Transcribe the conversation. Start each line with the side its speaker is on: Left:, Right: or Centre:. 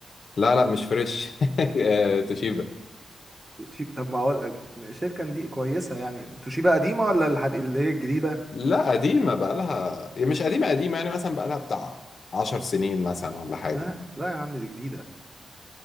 Left: لا لا مش فريش <laughs> آه، توشيبا
Right: شي- طب ما هو الشركة دي كويسة يعني توشيبا قديمة ولا الحد... اللي هي الجديدة
Left: لا قديمة بقالها يعني مش قديمة قديمة يعني مثلا بقالها بتاع عشر سنين مثلا ولا حاجة
Right: لا لا يا عم دي جديدة